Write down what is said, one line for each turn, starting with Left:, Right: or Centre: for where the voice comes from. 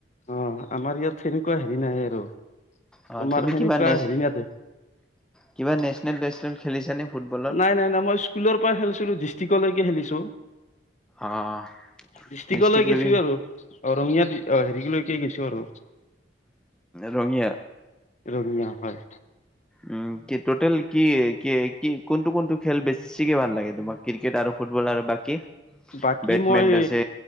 Left: অ, আমাৰ ইয়াত সেনেকুৱা হেৰি নাই আৰু।
Centre: অ,
Left: তোমাৰ
Centre: তুমি
Left: সেনেকুৱা
Centre: কিবা কিবা নেছ,
Left: হেৰি নাতে
Centre: কিবা নেছনেল বেছনেল খেলিছানে ফুটবলৰ?
Left: নাই, নাই, নাই মই স্কুলৰ পৰা খেলিছো। ডিষ্ট্ৰিকলৈকে খেলিছো।
Centre: অ',
Left: ডিষ্ট্ৰিকলৈ
Centre: ডিষ্ট্ৰিক্
Left: গেছো
Centre: লগি।
Left: আৰু অ', ৰঙিয়া। অ', হেৰি লৈকে গেছো আৰু।
Centre: ৰঙিয়া
Left: ৰঙিয়া। হয়।
Centre: উ'ম কে'। টোটেল কি, কি, কি কোনটো কোনটো খেল বেছিকে ভাল লাগে তোমাক ক্ৰিকেট আৰু ফুটবল আৰু বাকী।
Left: বাকী
Centre: বেটমেন
Left: মই
Centre: আছে